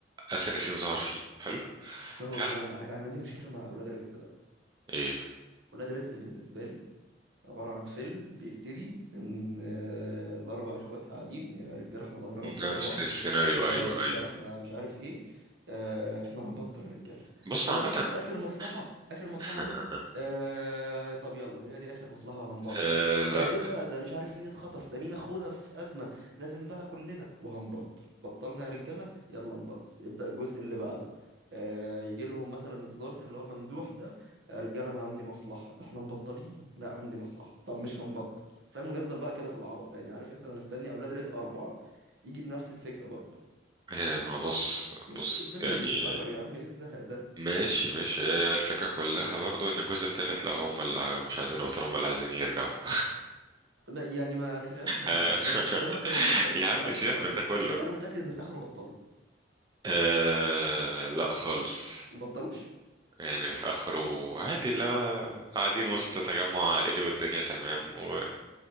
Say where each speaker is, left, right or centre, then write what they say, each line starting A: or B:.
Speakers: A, on the right; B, on the right.
A: آسر ياسين ظهر فيه حلو
B: اصل انا
A: حلقة
B: بص هقول لك على حاجه انا عندي مشكله مع اولاد رزق ده
A: ايه
B: اولاد رزق بالنسبه لي عبارة عن فيلم بيبتدي إن آه، الأربع إخوات قاعدين يا رجالة إحنا ظهرنا في ظهر
A: نفس
B: بعض
A: السيناريو
B: يا
A: ايوه
B: رجالة
A: ايوه
B: إحنا مش عارف إيه آه، إحنا هنبطل يا رجالة
A: بص
B: إيه
A: عامة
B: ده بص آخر مصلحة آخر مصلحة
A: <laughs>
B: أهي آه، طب يلا دي دي آخر مصلحة هنبطل
A: آه لا
B: آه، إيه ده ده مش عارف مين اتخطف ده مين أخونا في أزمة لازم بقى كلنا وهنبطل بطلنا يا رجالة يلا نبطل يبدأ الجزء اللي بعده آه، يجي لهم مثلا الضابط اللي هو ممدوح ده يا رجاله انا عندي مصلحه ده احنا مبطلين لا عندي مصلحه طب مش هنبطل فاهم ونفضل بقى كده في العبط ده يعني عارف انت انا مستني اولاد رزق اربعه يجي بنفس الفكره برضه
A: آه ما بص
B: نفس
A: بص
B: الفيلم
A: يعني
B: بيتكرر يا عم ايه الزهق ده
A: ماشي ماشي هي الفكرة كلها برضو ان الجزء التالت لا هم اللي مش عايزين البطل هم اللي عايزين يرجعوا <laughs>
B: ما يعني ما خلي بالك ما اختلفناش
A: آه <laughs>
B: هما كانوا مبطلين
A: يا
B: في
A: عم
B: الاول
A: سيبك
B: وبعدين
A: من ده كله
B: انا متاكد ان في اخره بطلوا
A: آه لا خالص
B: ما بطلوش
A: يعني في اخره عادي لا قاعدين وسط تجمع عائلي والدنيا تمام و...